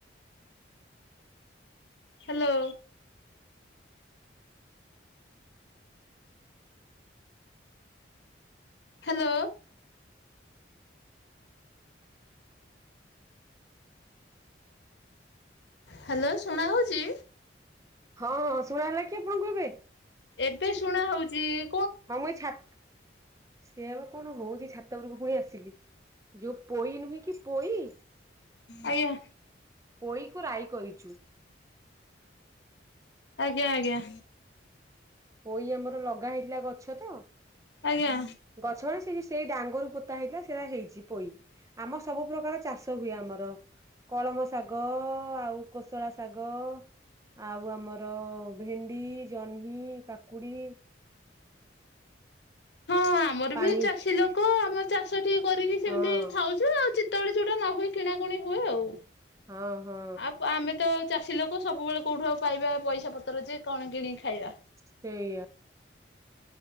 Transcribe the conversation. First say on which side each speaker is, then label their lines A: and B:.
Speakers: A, on the left; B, on the right.
A: ହାଲୋ। ହାଲୋ। ହାଲୋ, ଶୁଣା ହଉଚ଼ି?
B: ହଁଁ ହଁ, ଶୁଣା ହେଲା, କିଏ ଫୋନ କର୍ ବେ?
A: ଏବେ ଶୁଣା ହଉଚ଼ି ଇ।
B: ହଁ, ମୁଁ ଏଇ ଛାତ୍, ସେଇଆପା କଣ ହଉଚ଼ି, ଛାତ ଉପରକୁ ପଳେଇ ଆସିଥିଲି। ଯୋଉ ପୋଇ ନୁହେଁ କି? ପୋଇ
A: ଆଜ୍ଞା
B: ପୋଇ କୁ ରାଇ କରିଚୁ।
A: ଆଜ୍ଞା ଆଜ୍ଞା।
B: ପୋଇ ଆମର ଲଗା ହେଇଥିଲା ଗଛ ତ।
A: ଆଜ୍ଞା।
B: ଗଛ ମାନେ, ସେ ଯୋଉ ସେ ଡାଙ୍ଗରୁ ପୋତା ହେଇଥିଲା, ସେରା ହେଇଚ଼ି ପୋଇ। ଆମର୍ ସବୁ ପ୍ରକାର ଚାଷ ହୁଏ, ଆମର। କଳମ ଶାଗ ଆଉ କୋଶଳା ଶାଗ। ଆଉ ଆମର ଭେଣ୍ଡି, ଜହ୍ନି, କାକୁଡି।
A: ହଁ ଆମର
B: ପାଣି
A: ବି ଚାଷୀ ଲୋକ, ଆମର୍ ଚାଷ ଟିକେ କରିକି ସେମିତି
B: ହଁ
A: ଖାଉ ଚୁ, ଆଉ ଚିତଏଳେ ଯୋଉଟା ନ ହୁଏ, କିଣାକୁଣି ହୁଏ ଆଉ।
B: ହଁ ହଁ
A: ଆପ୍ ଆଉ ଆମେ ତ ଚାଷୀ ଲୋକ, ସବୁବେଳେ କୋଉଠୁ ଆଉ ପାଇବା ପଇସା ପତ୍ର ଯେ, କଣ କିଣିକି ଖାଇବା?
B: ସେୟା।